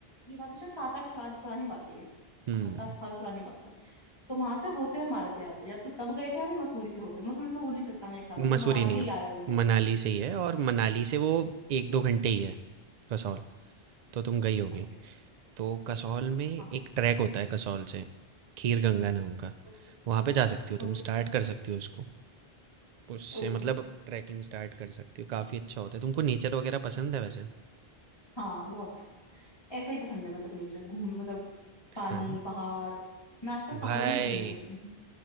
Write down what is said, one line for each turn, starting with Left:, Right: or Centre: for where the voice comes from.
Left: ये बात भी शायद सात आठ पुरानी पुरानी बात है ये सात
Right: हुँ,
Left: आठ साल पुरानी बात है तो वहां से होते हुए मारे थे या तो या तो तब गए थे या फिर मसूरी से होते मसूरी से हो नहीं सकता मेरे ख्याल से
Right: मसूरी
Left: तो मनाली
Right: नहीं
Left: से ही
Right: है,
Left: आ रहे होंगे हम
Right: मनाली से ही है और मनाली से वो 1-2 घंटे ही है, कसौल, तो तुम गई होगी।
Left: Got it
Right: तो कसौल में
Left: हाँ
Right: एक ट्रैक होता है कसौल से, खीर गंगा नाम का,
Left: ओके
Right: वहाँ पे जा सकती हो तुम,
Left: ओके
Right: स्टार्ट कर सकती हो उसको। उससे
Left: ओके
Right: मतलब ट्रैकिंग स्टार्ट कर सकती हो, काफ़ी अच्छा होता है। तुमको नेचर वगैरह पसंद है वैसे?
Left: हाँ बहुत ऐसा ही पसंद है मतलब नेचर घूम मतलब पानी
Right: हाँ।
Left: पहाड़ मैं आज तक पहाड़ों
Right: भाई
Left: में ही घूमी बचपन में